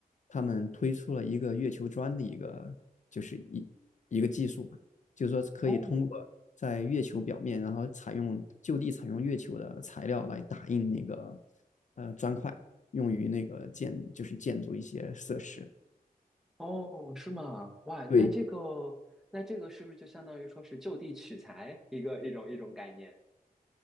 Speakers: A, on the left; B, in the centre.
A: 他们推出了一个月球砖的一个就是一一个技术吧，就是说可以通过在月球表面，
B: 哦，
A: 然后采用就地采用月球的材料来打印那个呃砖块，用于那个建就是建筑一些设施。
B: 哦，是吗？哇，那这个，
A: 对，
B: 那这个是不是就相当于说是就地取材一个一种一种概念？